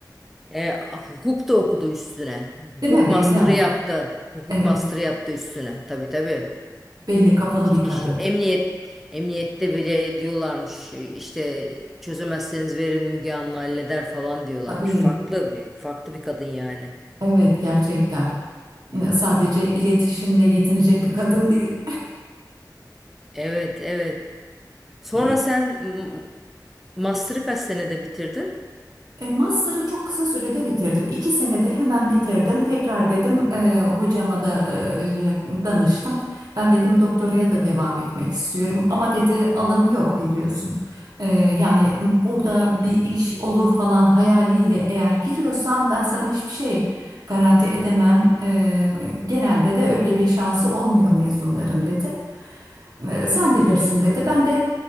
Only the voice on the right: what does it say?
Değil mi? Belli
ama.
Evet,
evet.
belli kafalı bir kadın.
Tabii.
Evet gerçekten. E, Sadece iletişimle yetinecek bir kadın değil.
<laughs>
E, Master'ı çok kısa sürede bitirdim. İki senede hemen bitirdim. Tekrar dedim e, hocama da e, e, danıştım. Ben dedim doktoraya da devam etmek istiyorum. Ama dedi alım yok biliyorsun. E, yani burada bir iş olur falan hayaliyle eğer giriyorsan ben sana hiçbir şey garanti edemem. E, genelde de öyle bir şansı olmuyor mezunların dedi. E, Sen bilirsin dedi. Ben de